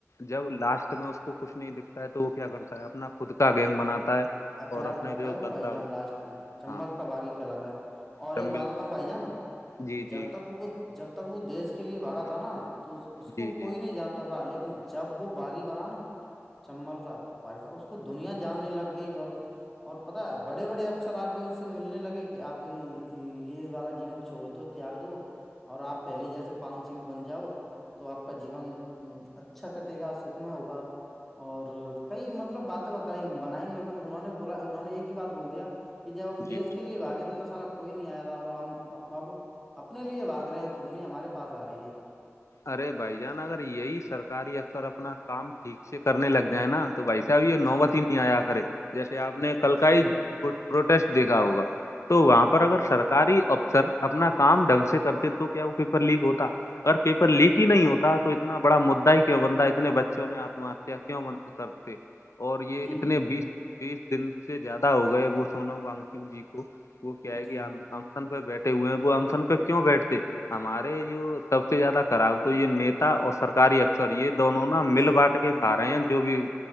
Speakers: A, on the left; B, in the centre.
A: جب لاسٹ میں اس کو کچھ نہیں دکھتا ہے تو وہ کیا کرتا ہے اپنا خود کا گینگ بناتا
B: وہ
A: ہے
B: ہتھیار
A: اور اپنے
B: اٹھا
A: جو
B: ہے وہ
A: ددا
B: بھائی جان لاسٹ میں چمبل
A: ہاں
B: کا باغی کھیلاتا ہے اور
A: چمبل
B: ایک بات ہوتا ہوں بھائی جان
A: جی جی
B: جب تک وہ جب تک وہ دیش کے لیے بھاگا تھا نا تو اس
A: جی
B: کو
A: جی
B: کوئی نہیں جانتا تھا لیکن جب وہ باغی بنا نا چمبل کا بائیا اس کو دنیا جاننے لگ گئی اور اور پتا بڑے بڑے افسر آ کے اس سے ملنے لگے کہ آپ یہ والا جیون چھوڑ دو تیاگ دو اور آپ پہلے جیسے پن سنگھ بن جاؤ تو آپ کا جیون اچھا کٹے گا سکھم ہوگا اور کئی مطلب باتیں بنائیں لیکن انہوں نے بولا انہوں نے ایک ہی بات بول دیا کہ جب ہم
A: جی
B: دیش کے لیے باگے تھے تو سالا کوئی نہیں آیا تھا اور ہم اب اپنے لیے بھاگ رہے ہیں تو دنیا ہمارے پاس آ رہی ہے
A: ارے بھائی جان اگر یہی سرکاری اکثر اپنا کام ٹھیک سے کرنے لگ جائے نا تو بھائی ب یہ نوبتی
B: جی
A: نہیں آیا کرے جیسے آپ نے کل کا
B: جی
A: ہی
B: جی
A: پروٹیسٹ دیکھا ہوگا تو وہاں پر
B: ہاں
A: اگر
B: ہاں
A: سرکاری افسر اپنا کام ڈھنگ سے کرتے تو کیا وہ پیپر لیک ہوتا اگر پیپر لیک ہی نہیں ہوتا تونا اتنا بڑا مدا ہی کیوں بند ہے اتنے بچوں نے آتم ہتیا کیوں کرتے اور یہ
B: جی
A: اتنے
B: جی بھائی
A: بیس
B: جان
A: بیس دن سے زیادہ ہو گئے وہ سونم وانگچک جی کو وہ کیا ہے
B: جی
A: کہسن پہ بیٹھے ہوئے ہیں وہ اسن پہ کیوں بیٹھتے ہمارے جوب زیادہ کراؤ تو یہ نیتا اور سرک سرکاری افسر یہ دونوں نا مل
B: جی
A: بانٹ
B: بالکل
A: کے کھا رہے ہیں جو بھی